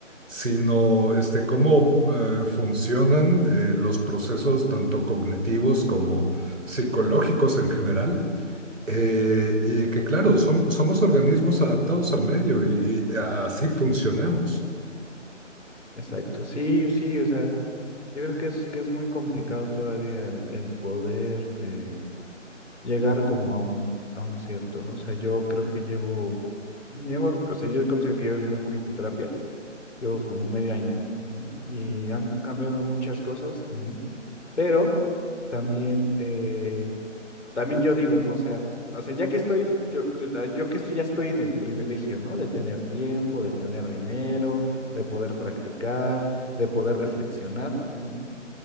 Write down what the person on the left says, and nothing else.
Exacto, sí, sí, o sea, yo creo que es, que es muy complicado todavía el, el poder. eh, llegar como a un, a un cierto, ¿no? O sea, yo creo que llevo, llevo, o sea, yo considero que llevo muy poquito en terapia, llevo como medio año, ¿no? Y han cambiado muchas cosas en mí, pero también, eh, también yo digo, ¿no? O sea, o sea, ya que estoy, yo, yo la- yo que estoy, ya estoy en el privilegio, ¿no? De tener tiempo, de tener dinero, de poder practicar, de poder reflexionar, ¿no?